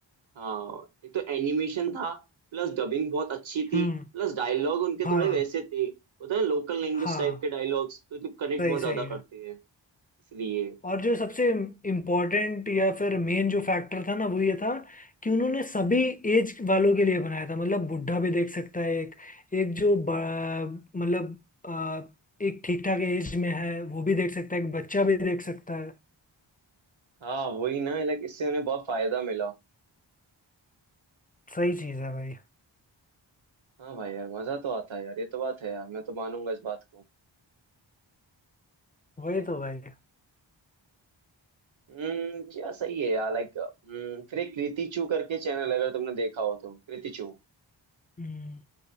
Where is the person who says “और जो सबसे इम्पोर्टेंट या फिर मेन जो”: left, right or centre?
Left